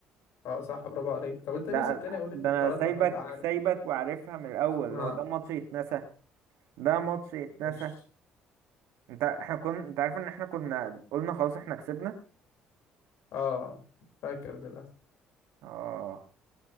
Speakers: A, on the left (about 70°); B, on the right (about 80°).
A: اه صح برافو عليك طب انت
B: ده
A: ليه سبتني اقول الاختيارات
B: ده انا سايبك
A: لما انت عارف
B: سايبك وعارفها من الاول
A: اه
B: هو ده ماتش يتنسى ده ماتش يتنسى
A: ماشي.
B: انت احنا كنا انت عارف ان احنا كنا قلنا خلاص احنا كسبنا
A: اه فاكر للأسف
B: اه